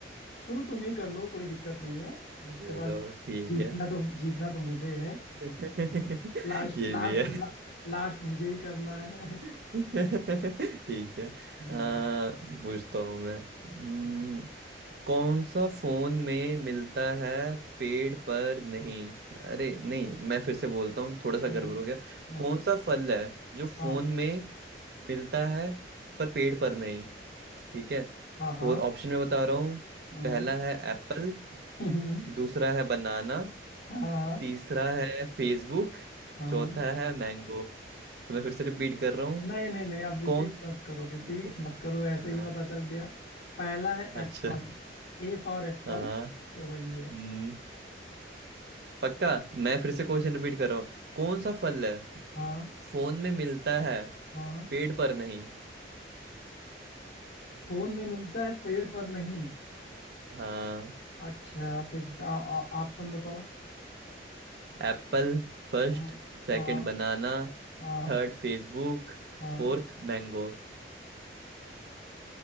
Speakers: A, on the left; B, on the right.
A: शुरू तुम ही कर लो कोई दिक्कत नहीं है और
B: चलो
A: उसके बाद
B: ठीक
A: जीतना
B: है
A: तो जीतना तो मुझे है
B: <laughs>
A: लास्ट
B: ये
A: लास्ट
B: भी है
A: ला, लास्ट मुझे ही करना है
B: <laughs>
A: <laughs>
B: ठीक है आ,
A: हम्म
B: पूछता हूँ मैं हम्म,
A: हम्म
B: कौन सा फोन में मिलता है पेड़ पर नहीं अरे नहीं मैं फिर से बोलता हूँ थोड़ा सा
A: हम्म,
B: गड़बड़ हो गया
A: हम्म,
B: कौन सा फल है जो फोन
A: हाँ
B: में मिलता है पर पेड़ पर नहीं ठीक है
A: हाँ हाँ
B: और ऑप्शन में बता रहा हूँ
A: हम्म
B: पहला है एप्पल
A: हम्म,
B: दूसरा है बनाना
A: हाँ
B: तीसरा है फेसबुक
A: हाँ
B: चौथा है मैंगो तो मैं फिर से रिपीट कर रहा हूँ
A: नहीं नहीं नहीं अब रिपीट
B: कौन
A: मत करो
B: ठीक
A: रिपीट
B: है,
A: मत करो ऐसे
B: हाँ
A: ही पता चल गया पहला है
B: अच्छा
A: एप्पल ए फॉर एप्पल
B: हाँ
A: तो वही है
B: हम्म पक्का मैं फिर से क्वेश्चन रिपीट कर रहा हूँ कौन सा फल है
A: हाँ
B: फोन में मिलता है
A: हाँ
B: पेड़ पर नहीं
A: फोन में मिलता है पेड़ पर नहीं
B: हाँ
A: अच्छा फिर से आ- आ- ऑप्शन बताओ
B: Apple first
A: हाँ
B: Second
A: हाँ
B: banana
A: हाँ
B: Third Facebook
A: हाँ
B: Fourth mango